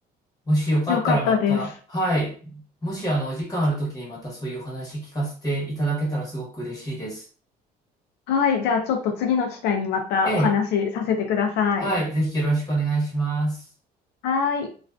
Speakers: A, on the left; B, on the left.
A: もしよかったらまた、
B: よかったです。
A: はい。もしあの、お時間ある時にまたそういうお話聞かせていただけたらすごく嬉しいです。
B: はい。じゃあちょっと次の機会にまたお話しさせてください。
A: ええ。はい、ぜひよろしくお願いします。
B: はい。